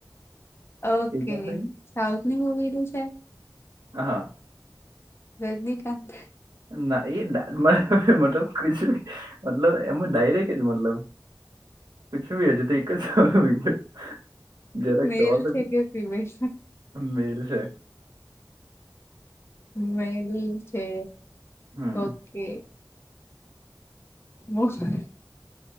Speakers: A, on the left; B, on the right.
A: ઓકે
B: એ ચાલશે
A: સાઉથની મૂવીનું છે
B: હા
A: રજનીકાંત
B: ના એ ડા મતલબ કુછ ભી મતલબ એમજ ડાયરેક જ મતલબ પિછું ભ હજે તો એક જ છ <unintelligible> <unintelligible> જરા એક
A: મેલ
B: સવાલ તો
A: છે કે ફિમેલ
B: મેલ છે
A: મેલી છે
B: હમ
A: ઓકે બહ <unintelligible>